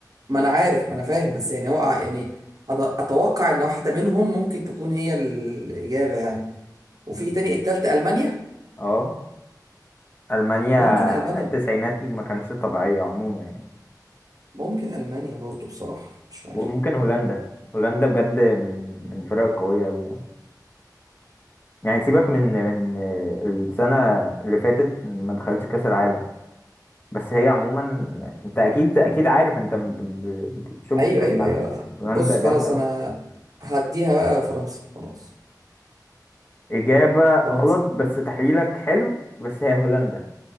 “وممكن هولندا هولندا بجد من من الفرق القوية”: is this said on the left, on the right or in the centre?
Left